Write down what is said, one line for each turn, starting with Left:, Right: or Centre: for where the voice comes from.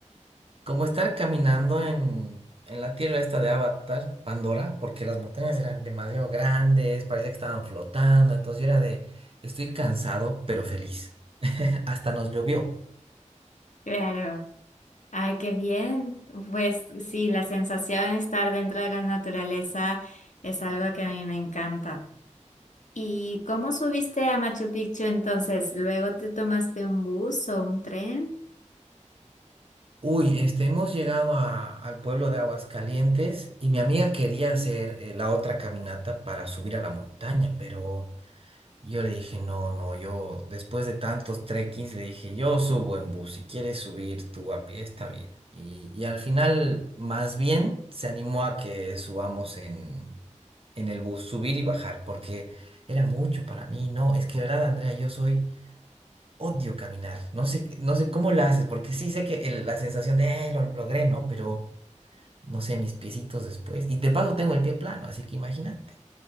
Right: como estar caminando en, en la tierra esta de Avatar, Pandora, porque las montañas eran demasiado grandes, parecía que estaban flotando, entonces yo era de, estoy cansado pero feliz. hasta nos llovió.
Left: Claro. Ay, qué bien. Pues sí, la sensación de estar dentro de la naturaleza es algo que a mí me encanta. ¿Y cómo subiste a Machu Picchu entonces? ¿Luego te tomaste un bus o un tren?
Right: Uy, este, hemos llegado a- al pueblo de Aguascalientes y mi amiga quería hacer eh, la otra caminata para subir a la montaña, pero yo le dije, no, no, yo después de tantos trekkings le dije, yo subo en bus, si quieres subir tú a pie, está bien. Y, y al final, más bien, se animó a que subamos en, en el bus, subir y bajar, porque era mucho para mí, ¿no? Es que, verdad, Andrea, yo soy... Odio caminar. No sé, no sé cómo la haces, porque sí sé que el- la sensación de, "Eh, lo logré, ¿no? Pero no sé, mis piecitos después. Y de paso tengo el pie plano, así que imagínate.